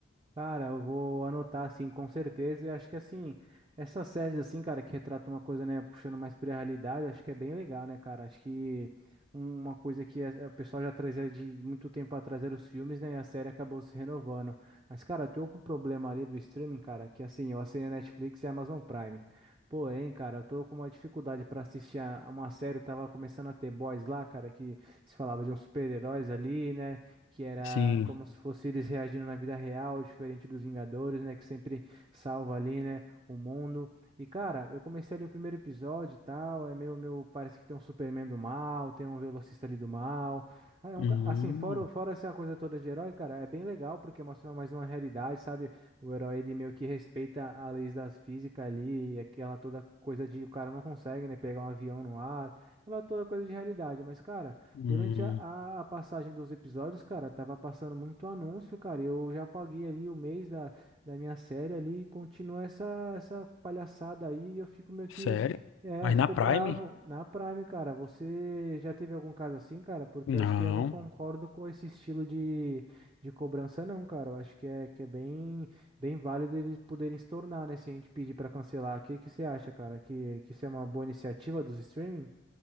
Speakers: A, on the right; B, on the left.
A: Cara, eu vou anotar assim com certeza. E acho que assim, essas séries assim, cara, que retratam uma coisa, né, puxando mais pra realidade, acho que é bem legal, né, cara? Acho que uma coisa que é- é, o pessoal já trazia de muito tempo atrás era os filmes, né, e a série acabou se renovando. Mas, cara, eu tô com um problema ali do streaming, cara, que assim, eu assinei Netflix e Amazon Prime. Porém, cara, eu tô com uma dificuldade pra assistir a a uma série, eu tava começando a ter Boys lá, cara, que se falava de uns super-heróis ali, né? que era
B: Sim.
A: como se fosse eles reagindo na vida real, diferente dos Vingadores, né, que sempre salva ali, né, o mundo. E cara, eu comecei ali o primeiro episódio e tal, é meio, meu, parece que tem um Superman do mal, tem um velocista ali do mal. Ah, é um
B: Hum,
A: ca- assim, fora, o- fora essa coisa toda de herói, cara, é bem legal porque mostra mais uma realidade, sabe? O herói, ele meio que respeita as leis da física ali, e aquela toda coisa de o cara não consegue, né, pegar um avião no ar, aquela toda coisa de realidade, mas cara,
B: hum,
A: Durante a, a- a passagem dos episódios, cara, tava passando muito anúncio, cara. e Eu já paguei ali o mês da, da minha série ali e continua essa, essa palhaçada aí. e Eu fico meio que.
B: sério?
A: É,
B: Mas
A: ficou
B: na Prime?
A: bravo. Na Prime, cara, você já teve algum caso assim, cara? Porque
B: Não.
A: eu acho que eu não concordo com esse estilo de, de cobrança, não, cara. Eu acho que é, que é bem, bem válido eles poderem se tornar, né? Se a gente pedir pra cancelar. O que que você acha, cara? Que, que isso é uma boa iniciativa dos streamings?